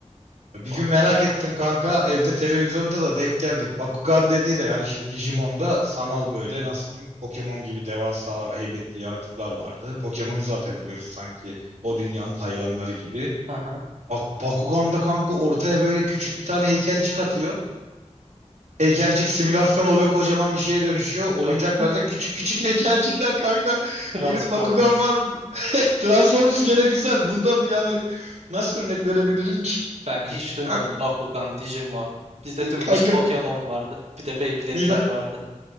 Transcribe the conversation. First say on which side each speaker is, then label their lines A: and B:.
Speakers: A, on the right; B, on the right.
A: Ya Bir
B: Bakugan.
A: gün merak ettim kanka. Evde televizyonda da denk geldi. Bakugan dediği de yani şimdi Digimon'da sanal böyle nasıl diyeyim Pokemon gibi devasa heybetli yaratıklar vardı. Pokemon'u zaten biliyorsun sanki o dünyanın hayvanları gibi.
B: Aha.
A: Bak Bakugan'da kanka ortaya böyle küçük bir tane heykelcik atıyor. Heykelcik simülasyon oluyor kocaman bir şeye dönüşüyor.
B: Hocam.
A: Oyuncaklarda
B: <laughs>
A: küçük küçük heykelcikler kanka. <laughs>
B: Transformers.
A: Gelip Bakugan var mı? diyor. <laughs> Transformers gene güzel. Bundan yani nasıl örnek verebilirim ki?
B: Ben hiç duymadım
A: Kan-
B: Bakugan, Digimon. Bizde dümdüz
A: Kanka
B: Pokemon vardı. Bir de Beyblade'ler
A: Mila
B: vardı.